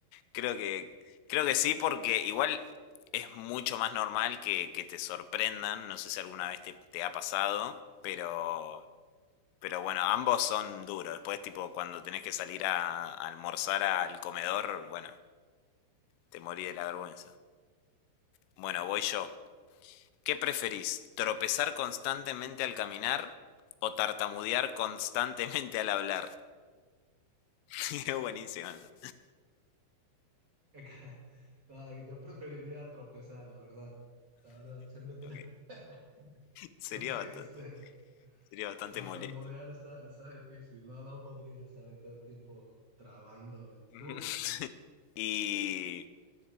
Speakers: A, on the left; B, on the right.
A: Creo que creo que sí porque igual es mucho más normal que, que te sorprendan, no sé si alguna vez te, te ha pasado, pero pero bueno, ambos son duros. Después tipo cuando tenés que salir a, a almorzar al comedor, bueno, te morí de la vergüenza. Bueno, voy yo. ¿Qué preferís? ¿Tropezar constantemente al caminar o tartamudear constantemente al hablar? <laughs> Es buenísimo. anda.
B: acá- no, yo preferiría tropezar, la verdad. La verdad, siento que,
A: Ok.
B: no- <laughs>
A: Sería
B: siento
A: bastante,
B: que, este,
A: sería bastante
B: tartamudear
A: molesto.
B: está, está difícil. No, no podría estar ahí todo el tiempo trabando. eh.
A: <laughs>
B: ¿Tú? <laughs>
A: Y